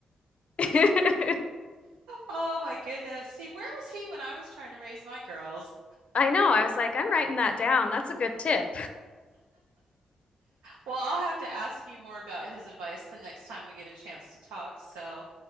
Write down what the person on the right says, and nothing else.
Oh my goodness. See, where was he when I was trying to raise my girls?
Well, I'll have to ask you more about his advice the next time we get a chance to talk. So